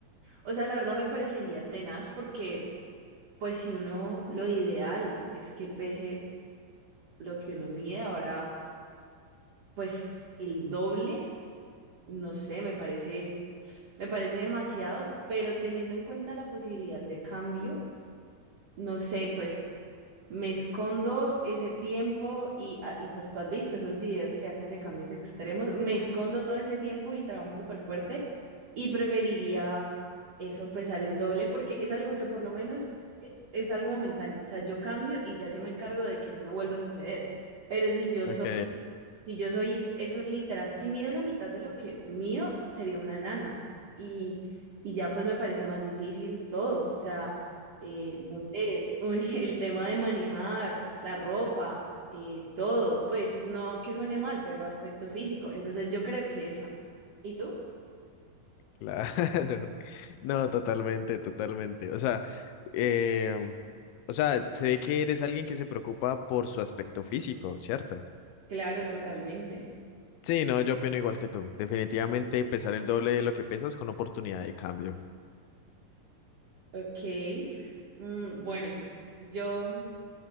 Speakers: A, on the right (about 50°); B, on the left (about 85°).
A: o sea, la verdad me parecería tenaz porque pues si uno, lo ideal es que pese lo que uno mide, ahora pues el doble, no sé, me parece, me parece demasiado, pero teniendo en cuenta la posibilidad de cambio, no sé, pues me escondo ese tiempo y, ah, y pues tú has visto esos videos que hacen de cambios extremos, me escondo todo ese tiempo y trabajo súper fuerte y preferiría eso, pesar el doble, porque es algo que por lo menos eh, es algo momentáneo, o sea, yo cambio y ya yo me encargo de que eso no vuelva a suceder. Pero si yo
B: Ok,
A: soy Si yo soy, eso es literal, si mido la mitad de lo que mido, sería una nana. Y, y ya pues me parece más difícil todo. O sea, eh, no sé, un- <laughs> el tema de manejar, la ropa, eh, todo, pues no que suene mal, pero aspecto físico. Entonces yo creo que esa. ¿Y tú?
B: claro. <laughs> No, totalmente, totalmente. O sea, eh, o sea, se ve que eres alguien que se preocupa por su aspecto físico, ¿cierto?
A: Claro, totalmente.
B: Sí, no, yo opino igual que tú. Definitivamente pesar el doble de lo que pesas con oportunidad de cambio.
A: Ok. Mm, bueno, yo